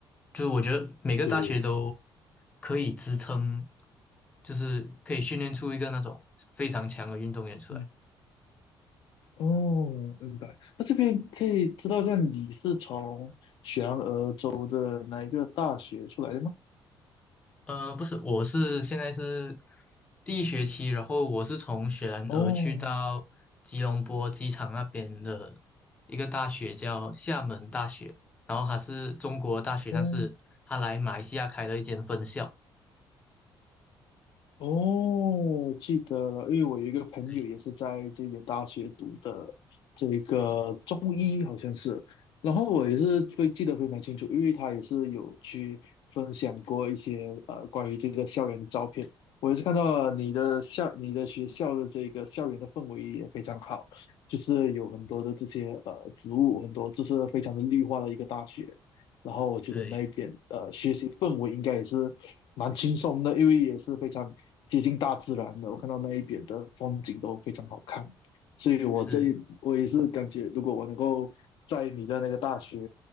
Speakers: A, on the left; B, on the left.
A: 就是我觉得每个大学都
B: 对啊，
A: 可以支撑，就是可以训练出一个那种非常强的运动员出来。
B: 嗯哦，明白。那这边可以知道一下你是从雪兰莪州的哪一个大学出来的吗？
A: 呃，不是，我是现在是第一学期，然后我是从雪兰莪去到吉隆坡机场那边的
B: 哦
A: 一个大学，叫厦门大学，然后它是中国大学，
B: 哦。
A: 但是它来马来西亚开了一间分校。
B: 哦，记得了，因为我有一个朋友也是在这间大学读的这个中医，
A: 对对
B: 好像是，然后我也是会记得非常清楚，因为他也是有去分享过一些呃关于这个校园的照片，我也是看到了你的校你的学校的这个校园的氛围也非常好，就是有很多的这些呃植物，很多就是非常的绿化的一个大学，然后我觉得那一点呃学习氛围应该也是蛮轻松的，
A: 对，
B: 因为也是非常接近大自然的。我看到那一边的风景都非常好看，所以我这我也是感觉，
A: 是，
B: 如果我能够在你的那个大学